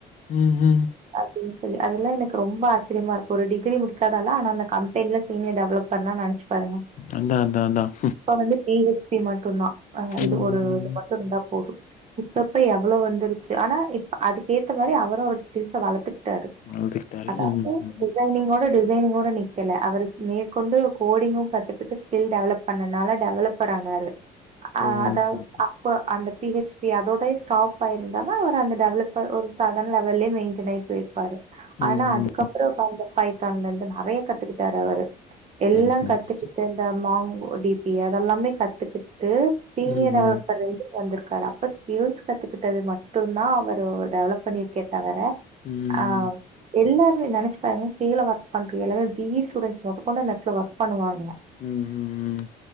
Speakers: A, on the left (about 50°); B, on the right (about 40°).
A: ம் ம்
B: அது செரி அதெல்லா எனக்கு ரொம்ப ஆச்சரியமா இருக்கோ ஒரு டிகிரி முடிக்காதாலு ஆன அந்த கம்பெனில சீனியர் டெவலப்பர் னா நெனச்சே பாருங்க
A: அதான், அதான், அதான்.
B: அப்ப வந்து பி ஹச் டி மட்டுந்தா ஆ இது
A: ம்.
B: ஒரு இது மட்டு இருந்தா போது இப்பப்ப எவ்வளோ வந்துருச்சு ஆனா இப்ப அதுக்கு ஏத்த மாரி அவரோ அவரு ஸ்கில்ஸ வளத்துக்கிட்டாரு
A: அழுதுகிட்டாரு.
B: அதாவது
A: ம்ஹ்ம்.
B: டிசைனிங்கோட டிசைனிங்கோட நிக் ல்ல அவரு மேற்கொண்டு கோடிங்கோ கத்துக்கிட்டு ஸ்கில் டெவலப் பண்ணனால டெவலப்பர் ஆனாரு ஆ
A: ஓ!
B: அதா
A: ஓகே,
B: வ
A: ஓகே.
B: இப்போ அந்த பி ஹெச் பி அதோட ஸ்டாப் ஆயிருந்ததா அவரு அந்த டெவலப்பர் ஒரு சாத லெவல்லே மெயின்டென் போய்ர்ப்பாரு
A: ம்,
B: ஆனா அதுக்கப்புறோ
A: ம்.
B: வந்த பைத்தான்ல இருந்து நறையா கத்துக்கிட்டாரு அவரு எல்லாமே
A: சரி, சரி,
B: கத்துக்கிட்டு
A: சரி.
B: இந்த மாங்கு டி பி அதெல்லாமே கத்துக்கிட்டு சீனியர்
A: ம், ம்.
B: டெவலப்பர்லந்து வந்திருக்காரு அப்ப ஸ்கில்ஸ் கத்துக்கிட்டது மட்டுந்தா அவரு டெவலப் பண்ணிருக்கே தவர
A: ம்.
B: ஆ எல்லாருமே நெனைச்சு பாருங்க கீழ ஒர்க் பண்ற எல்லாமே பி இ ஸ்டூடென்ட்ஸ் மொதற் கொண்டு அந்த எடத்துல ஒர்க் பண்ணுவாங்க
A: ம் ம் ம்